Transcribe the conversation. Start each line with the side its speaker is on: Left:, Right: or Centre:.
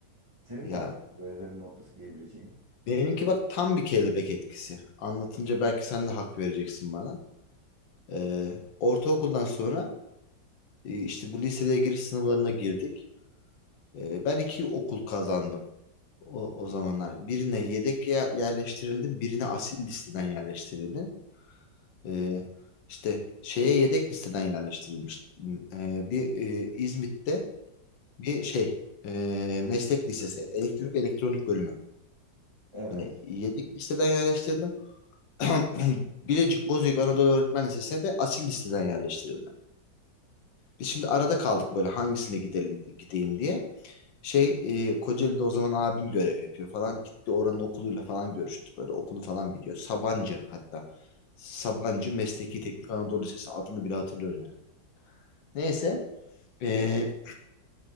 Right: Senin
Left: Ya
Right: var mı böyle dönüm noktası diyebileceğin?
Left: benimki bak tam bir kelebek etkisi. Anlatınca belki sen de hak vereceksin bana. Ee, ortaokuldan sonra e, işte bu liseye giriş sınavlarına girdik. Ee, ben iki okul kazandım o, o zamanlar. Birine yedek ye- yerleştirildim, birine asil listeden yerleştirildim. Ee, işte şeye yedek listeden yerleştirilmiş. Ee, bir e, İzmit'te bir şey e, meslek lisesi elektrik elektronik bölümü.
Right: Evet.
Left: Yani yedek listeden yerleştirdim. <clears throat> Bilecik Bozüyük Anadolu Öğretmen Lisesi'ne de asil listeden yerleştirildim. Biz şimdi arada kaldık böyle hangisine gidelim gideyim diye. Şey e, Kocaeli'de o zaman abim görev yapıyor falan. Gitti oranın okuluyla falan görüştü. Böyle okulu falan biliyor. Sabancı hatta. Sabancı Mesleki Teknik Anadolu Lisesi adını bile hatırlıyorum Neyse. Ee,